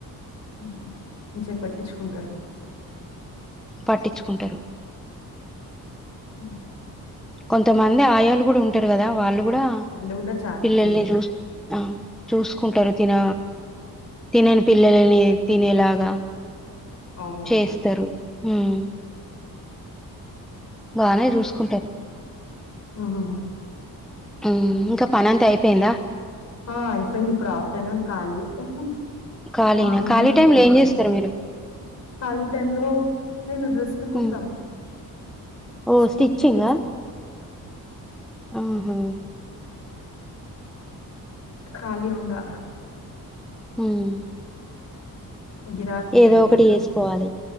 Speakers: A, on the left; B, in the centre.
A: హ్మ్ ంచిగా పట్టిచ్కుంటరు
B: పట్టిచ్చుకుంటరు
A: హ్మ్
B: కొంతమంది ఆయాలు కూడా ఉంటారు కదా వాళ్ళు కూడా
A: వాళ్ళు గూడా చా
B: పిల్లల్ని
A: చూస్తారు.
B: చూసి ఆ చూసుకుంటరు తిన తినని పిల్లలని తినేలాగా
A: అవునవును.
B: చేస్తరు హ్మ్ బానే చూసుకుంటరు
A: హ్మ్మ్ హ్మ్మ్
B: ఉమ్ ఇంక పనంతా అయిపోయిందా.
A: ఆ అయిపోయింది ఇప్పుడు ఆఫ్టర్నూన్ ఖాళీ ఏ
B: ఖాళీనా?
A: మార్నింగే
B: ఖాళీ
A: ఉంటాయి
B: టైంలో ఏం
A: పని
B: జేస్తారు మీరు?
A: ఖాళీ టైం లో నేను డ్రెస్లు కుడతాను
B: హ్మ్. ఓహ్!
A: స్టిచ్చింగ్
B: స్టిచ్చింగా?
A: చేస్తా.
B: ఆహా
A: ఖాళీ ఉండా
B: హ్మ్
A: గిరాకుంటది
B: ఏదో ఒకటి
A: డ్రెస్‌లు.
B: చేసుకోవాలి